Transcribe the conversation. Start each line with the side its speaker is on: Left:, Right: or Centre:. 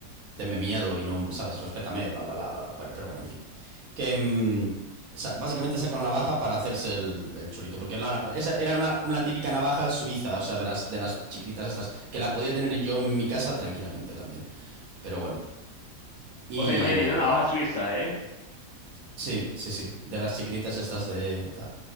Right: tenme miedo y no, ¿sabes? Respétame, bla, bla, bla, bla, bla. Bueno, pero bueno, en fin. Que mm, sa- básicamente sacó la navaja para hacerse el, el chulito, porque la- esa era una, una típica navaja suiza, o sea, de las, de las chiquititas estas, que la podía tener yo en mi casa tranquilamente también. Pero bueno. Y
Left: O sea, imagínate una navaja suiza, ¿eh?
Right: sí, sí, sí, de las chiquititas estas de tal.